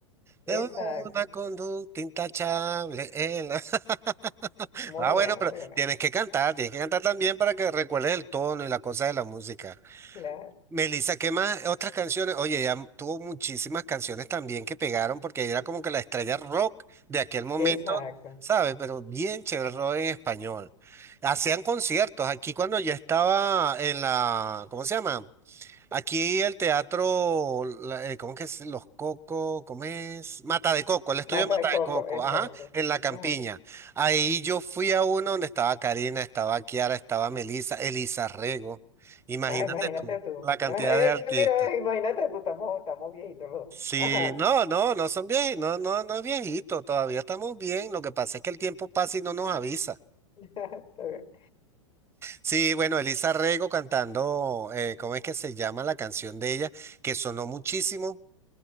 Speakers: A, on the left (about 30°); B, on the right (about 15°).
A: exacto.
B: de una conducta intachable. en la- <laughs>
A: Muy
B: Ah,
A: bueno,
B: bueno, pero
A: muy bueno.
B: tienes que cantar, tienes que cantar también para que recuerdes el tono y la cosa de la música.
A: Claro,
B: Melissa, ¿qué más? Otras canciones. Oye, ella tuvo muchísimas canciones también que pegaron porque ella era como que la estrella rock de aquel momento,
A: exacto.
B: ¿sabes? Pero bien chévere el rock en español. Hacían conciertos. Aquí cuando ya estaba en la, ¿cómo se llama? Aquí el teatro, la- eh, ¿cómo que es? Los Cocos, ¿cómo es? Mata de Coco, el estudio
A: Mata
B: de Mata
A: de coco,
B: de Coco,
A: exacto.
B: ajá, en La Campiña.
A: Ajá.
B: Ahí yo fui a uno donde estaba Karina, estaba Kiara, estaba Melissa, Elisa Rego. Imagínate
A: Ah, imagínate
B: tú,
A: tú.
B: la cantidad
A: <laughs> eh,
B: de artistas.
A: mira, eh, imagínate tú, estamos, estamos viejitos los dos.
B: Sí,
A: Ajá.
B: no, no, no son viejitos, no, no, no es viejito, todavía estamos bien. Lo que pasa es que el tiempo pasa y no nos avisa.
A: <laughs> Está bien.
B: Sí, bueno, Elisa Rego cantando, eh, ¿cómo es que se llama la canción de ella? Que sonó muchísimo.